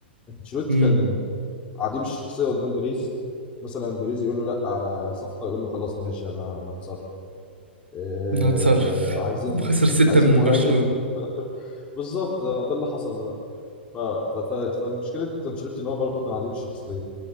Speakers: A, on the left; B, on the right.
A: انشيلوتي
B: امم
A: كان عديم الشخصيه قدام بيريز مثلا بيريز يقول له لا على صفقه يقول له خلاص ماشي انا هتصرف إيه
B: هتصرف
A: عايزين
B: وخسر ستة
A: عايزين
B: من
A: مهاجم
B: برشلونة
A: <laughs> بالظبط ده اللي حصل بقى ف... ف... ف... فالمشكله انشيلوتي ان هو برضه كان عديم الشخصيه